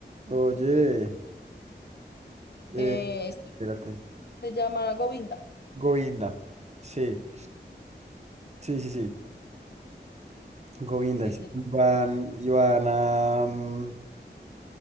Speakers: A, on the right; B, on the left.
A: Oye, eh,
B: Eh, este
A: espérate.
B: se llama Govinda.
A: Govinda. Sí, sí, sí, sí. Govinda.
B: Sí,
A: y se-
B: se llama.
A: Iban, iban a, mm,